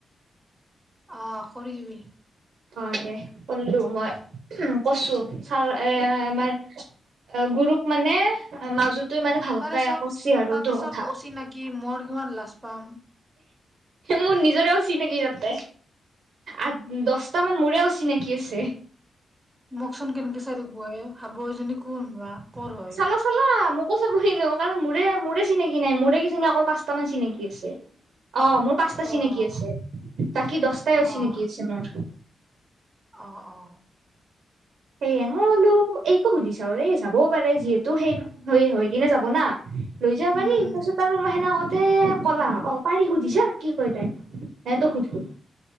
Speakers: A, on the right; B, on the right.
A: অ কৰি দিবি
B: অ দে কলো মই কছো ছাৰ এ আমাৰ অ গুৰুক মানে মাজোতো মানে ভালকে
A: তাৰে চব
B: কৈছি আৰু
A: তাতে
B: তোৰ
A: চব
B: কথা
A: অচিনাকি মোৰ কিমান লাজ পাম
B: মোৰ নিজৰেও অচিনাকি তাতে আ
A: ইয়ে
B: দহটা মান মোৰেও অচিনাকি শিকিছে
A: মোকচোন কেনেকে চাইথাকব এ <unintelligible> এজনী কোনো বা কৰ হয়।
B: চালো চালোআও <unintelligible> কাৰণ মোৰে মোৰে চিনাকি নাই মোৰে কি চিনি অকল পাঁচটা মান চিনাকি আছে অ মোৰ পাঁচটা
A: অ',
B: চিনাকি আছে বাকী দহটাই চিনাকি
A: অ'।
B: আছে মোৰ <unintelligible>
A: অ অ
B: সেয়ে মই বোলো এইটো সুধিছা এই যাবও পাৰে যিহেতু সেই হৈয়ে হৈ কিনে যাব না লৈ যাব পাৰি
A: উম,
B: তাৰপিছত আৰু মাহেনা কলা অ পাৰি সুধিছা কি কয় তাই এহ তোক সুধিলো